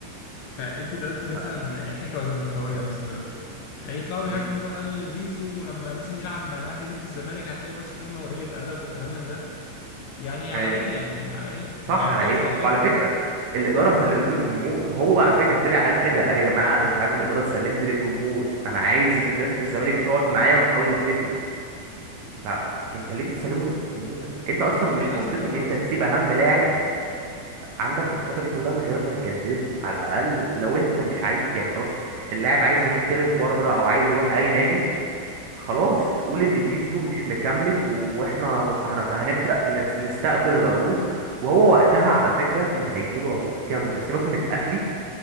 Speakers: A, on the left (about 75°); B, on the right (about 70°).
A: فأنت دلوقتي مثلا
B: ف-
A: إحنا كزملكاوية مثلا دلوقتي هيطلعوا يهاجموا
B: مم.
A: بقى لزيزو ولما مثلا يلعب مع الأهلي ضد الزمالك هتلاقي بقى شتيمة وقلة أدب وكلام من ده يعني على
B: ايوه
A: إيه يعني على إيه
B: صح
A: هو على
B: على
A: فكرة
B: ايه
A: مش غلطته
B: وعلى فكره الاداره سلمته للجمهور وهو على فكره طلع قال كده قال يا جماعه انا مش عايز الاداره تسلمني للجمهور انا عايز الناس في الزمالك تقعد معايا ونحاول نتفق فانت ليه بتسلمه للجمهور انت اصلا
A: ما هو
B: مش
A: للأسف
B: منطقي
A: ده اللي
B: ان انت
A: حصل
B: تسيب اهم لاعب عندك الفتره دي كلها من غير ما تجدد له على الاقل لو انت مش عايز يعني خلاص اللاعب عايز يحترف بره او عايز يروح اي نادي خلاص قول ان زيزو مش مكمل واحنا مت- هنت- هنبدأ نس- نستقبل العروض وهو وقتها على فكرة كان هيجيله عروض جامدة سيبك من الاهلي